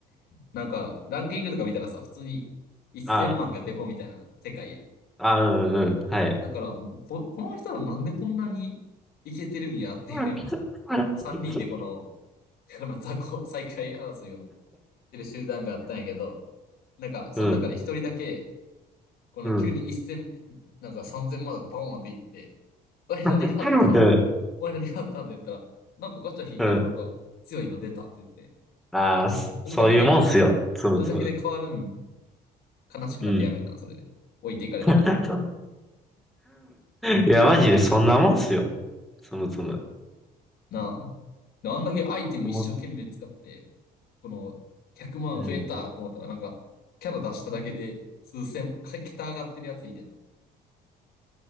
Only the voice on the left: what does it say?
なんか、ランキングとか見たらさ、普通に1000万がデフォみたいな世界やん。
だから、こ、この人らなんでこんなにいけてるんやっていうふうに、
3人でこの、この雑魚再開争いをてる集団があったんやけど、なんか、その中で一人だけ、
この急に一千、
なんか三千万とかバーンっていって、おい何があったんおい何があったんって言ったら、
なんかガチャ引いたらなんか強いの出たって言って、
それだけで、
それだけで変わるん、悲しくなってやめたな、
それで。置いていかれたから。
なあ。であんだけアイテム一生懸命使って、
この100万増えたと思ったら、
なんか、キャラ出しただけで数千、か桁上がってるやついて